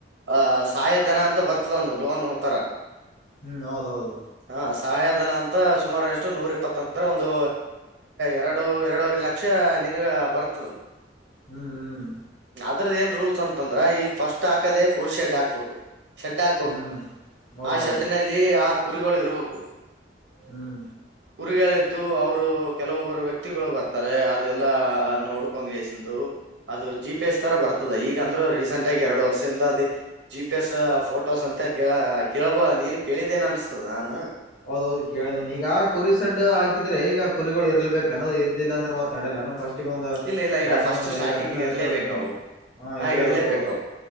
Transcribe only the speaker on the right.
ಅಹ ಸಹಾಯ ದನ ಅಂತ ಬರ್ತದ ಒಂದು ಲೋನ್ ತರ
ಹಾ ಸಹಾಯಧನ ಅಂತ ಸುಮಾರು ಎಷ್ಟು ನೂರ ಇಪ್ಪತ್ತ ಅಂದ್ರ ಒಂದು ಎರಡು ಎರಡೂವರೆ ಲಕ್ಷ ನಿನಗ ಬರ್ತದದು
ಅದ್ರದ ಏ ರೂಲ್ಸ್ ಅಂದ್ರ ಈಗ ಫಸ್ಟ್ ಹಾಕದೇ ಕುರ್ಡ್ ಹಾಕ್ಬೇಕು ಶೆಡ್ ಹಾಕ್ಬೇಕು
ಆ ಶೆಡ್ ನಲ್ಲಿ ಆ ಕುರಿಗಳು ಇರ್ಬೇಕು
ಕುರುಗಳಗಳದ್ದು ಅವರು ಕೆಲವೊಬ್ಬರು ವ್ಯಕ್ತಿಗಳು ಬರ್ತಾರೆ ಅದೆಲ್ಲಾ ನೋಡ್ಕೊಂಡ್ ಸಂದು ಅದು ಜಿ ಪಿ ಎಸ್ ತರ ಬರ್ತದೆ ಈಗಂದ್ರೂ ರೀಸೆಂಟ್ ಆಗಿ ಎರಡು ವರ್ಷದಿಂದ ಅ ಜಿ ಅಭ್ಯಾಸ ಫೋಟೋಸ್ ಅಂತ ಕೇಳ ಕೇಳಬೋ ನೀನು ಕೇಳಿದ್ದೇನೆ ಅನ್ಸ್ತದ ನಾನು
ಇಲ್ಲ ಇಲ್ಲ
ಇಲ್ಲ ಫಸ್ಟ್
ಸ್ಟಾರ್ಟಿಂಗ್
ಇರ್ಲೇಬೇಕು
ಅವು
ಹಾ
ಇರ್ಲೇಬೇಕು